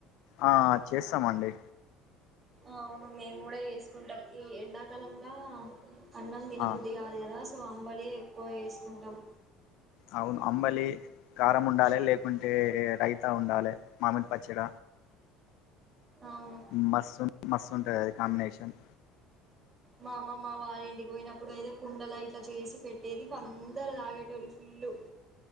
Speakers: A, on the left; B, on the right.
A: ఆ చేస్తామండి
B: అవును మేము కూడా చేసుకుంటాం ఈ ఎండాకాలంల అన్నం తినబుద్ధి
A: ఆ
B: కాదు కదా సో అంబలి ఎక్కువ చేసుకుంటాం
A: అవును అంబలి కారం ఉండాలి లేకుంటే రైతా ఉండాలే మామిడి పచ్చడ
B: అవును
A: మస్తు మస్తుంటది అది కాంబినేషన్
B: మా అమమ్మ వాళ్ళ ఇంటికి పోయినప్పుడు అయితే కుండల ఇట్లా చేసి పెట్టేది ఇంకందరు తాగేటోళ్ళు ఫుల్లు